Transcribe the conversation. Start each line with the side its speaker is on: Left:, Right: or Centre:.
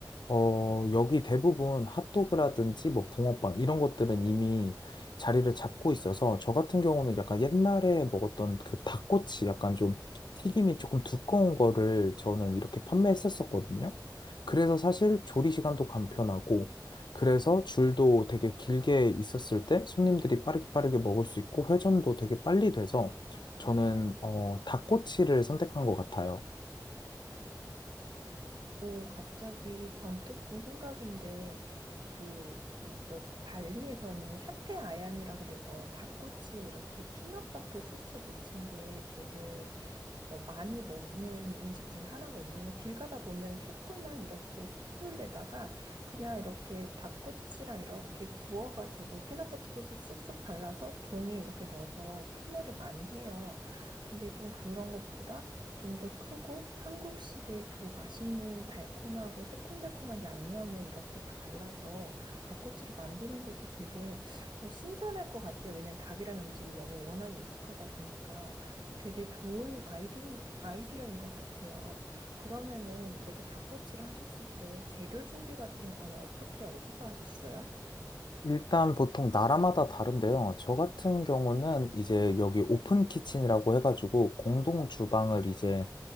Left: 어, 여기 대부분 핫도그라든지 뭐 붕어빵 이런 것들은 이미 자리를 잡고 있어서 저 같은 경우는 약간 옛날에 먹었던 그 닭꼬치 약간 좀 튀김이 조금 두꺼운 거를 저는 이렇게 판매했었었거든요. 그래서 사실 조리 시간도 간편하고 그래서 줄도 되게 길게 있었을 때 손님들이 빠르게 빠르게 먹을 수 있고 회전도 되게 빨리 돼서 저는 어, 닭꼬치를 선택한 것 같아요.
Right: 오, 갑자기 번뜩 든 생각인데 그 이, 여기 발리에서는 사테 아얌이라 그래서 닭꼬치에 이렇게 피넛버터 소스 묻힌 게 되게 어, 많이 먹는 음식 중에 하나거든요. 그냥 길 가다 보면 조그만 이렇게 숯불에다가 그냥 이렇게 닭꼬치랑 이렇게 구워가지고 피넛버터 소스 쓱쓱 발라서 종이 이렇게 넣어서 판매를 많이 해요. 근데 좀 그런 것보다 좀 더 크고 한국식의 그 맛있는 달콤하고 새콤달콤한 양념을 이렇게 발라서 닭꼬치를 만드는 것도 되게 어, 신선할 것 같아요. 왜냐면 닭이라는 음식이 여기 워낙에 익숙하다 보니까. 어, 되게 좋은 아이디, 아이디어인 것 같아요. 그러면은 이렇게 닭꼬치를 하셨을 때 재료 준비 같은 거는 어떻게, 어디서 하셨어요?
Left: 일단 보통 나라마다 다른데요. 저 같은 경우는 이제 여기 오픈 키친이라고 해가지고 공동 주방을 이제